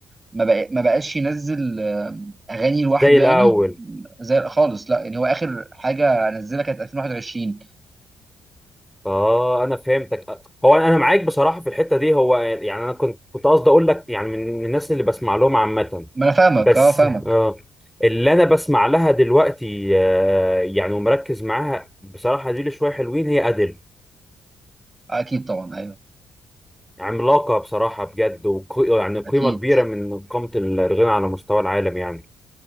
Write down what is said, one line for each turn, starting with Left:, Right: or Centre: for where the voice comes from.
Right: ما بقى ما بقاش ينزل آه، اغاني لوحده
Centre: زي الاول
Right: يعني زي خالص لا يعني هو اخر حاجه نزلها كانت 2021
Centre: اه انا فهمتك آه، هو انا أنا معاك بصراحه في الحته دي هو يعني انا كنت كنت قصدي اقول لك يعني من من الناس اللي بسمع لهم عامه
Right: ما انا فاهمك
Centre: بس
Right: اه فاهمك
Centre: آه اللي انا بسمع لها دلوقتي آه يعني ومركز معاها بصراحه دي لي شويه حلوين هي ادل
Right: اكيد طبعا ايوه
Centre: عملاقه بصراحه بجد وقي يعني قيمه
Right: اكيد
Centre: كبيره من قامه الغنى على مستوى العالم يعني